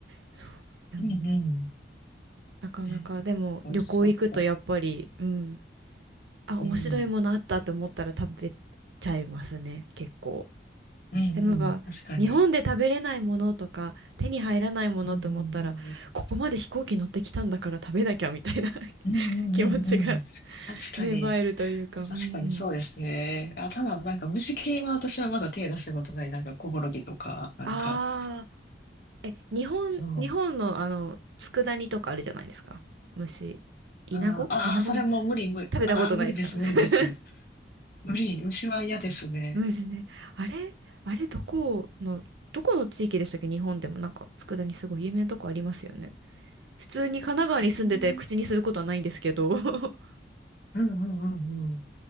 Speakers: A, on the right (about 85°); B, on the left (about 55°).
A: そう、でも
B: うん。
A: なかなかでも旅行行くとやっぱり、
B: ね、美味しかった。
A: うん、あ、
B: うん。
A: 面白いものあったと思ったら食べちゃいますね、結構。
B: うんうん。
A: でもやっぱ日本で食べれないものとか手に入らないものと思ったら、
B: 確かに。うんうんうん。
A: ここまで飛行機乗ってきたんだから食べなきゃみたいな <laughs>
B: うんうんうんうん。
A: 気持ちが
B: 確かに。
A: 芽生えるというか、うん。
B: 確かにそうですね。あ、ただ、なんか虫系は私はまだ手出したことない。なんかコオロギとか、なんか、
A: ああ。え、日本、
B: そう。
A: 日本のあの、佃煮とかあるじゃないですか。虫。イナゴイナゴの、
B: ああー、それも無理、無理。
A: 食べたことないですか
B: あー無理です、無理です。
A: <laughs>
B: 無理、虫は嫌ですね。
A: 虫ね。あれあれ、どこの、どこの地域でしたっけ日本でもなんか、佃煮すごい有名なとこありますよね。普通に神奈川に住んでて口にすることはないんですけど。
B: えー、
A: <laughs>
B: うんうんうんうん。